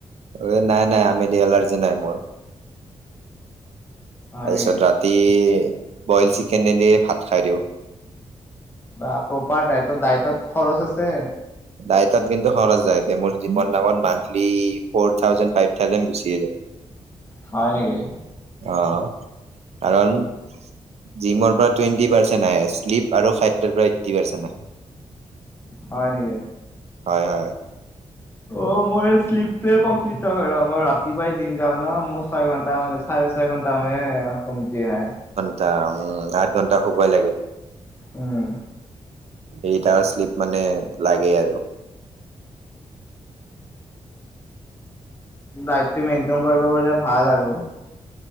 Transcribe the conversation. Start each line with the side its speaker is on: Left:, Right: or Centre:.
Right: এই নাই নাই আমি দি এলাৰ্জি নাই মোৰ
Left: হয়
Right: তাৰপিছত
Left: নেকি
Right: ৰাতি বইল চিকেনদিয়ে ভাত খাই দিওঁ
Left: বা প্ৰপাৰ দাইটত খৰচ আছে
Right: াইটাত কিন্তু সৰ যায় মোৰি দামত মানল ফ থ ফ থ
Left: হয় নেকি
Right: অ কাৰণ জিমৰ টুৱেন্টি পাৰ্চেন্ত আহে্ শ্লিপ আৰু খাদ্যৰ পৰা এইটী পাৰ্চেণ্ট আহে
Left: হয় নেকি
Right: হয় হয়
Left: অ মোৰ এই শ্লিপটোৱে কমপ্লিট নহয় ৰ মই ৰাতিপুৱাই জিম যাওঁ ন মোৰ ছয় ঘন্টা মানে চাৰে ক ত মে কমতি হে
Right: এ উম আঠ ঘন্টা শুবাই লাগে
Left: উম
Right: এইটাৰ শ্লিপ মানে লাগে আৰু
Left: ডাইটটো মেইনটেইন কৰিব পলে ভাল আৰু